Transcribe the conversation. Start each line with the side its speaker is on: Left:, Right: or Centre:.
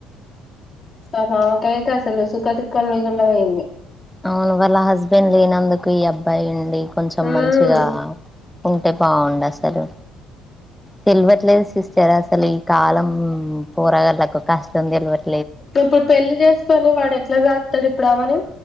Left: పాపం ఆమెకు అయితే అసలు సుఖ దుఃఖం లేకుండా పోయింది
Centre: అవును వాళ్ళ హస్బెండ్ లేనందుకు ఈ అబ్బాయి అండి కొంచెం
Left: ఉమ్
Centre: మంచిగా ఉంటే బాగుండు అసలు తెలువట్లేదు సిస్టర్ అసలు ఈ కాలం పోరాగాలకు కష్టం తెలువట్
Left: ఇప్పుడు పెళ్లి చేసుకొని వాడు ఎట్లా సాక్తాడు ఇప్పుడు ఆవని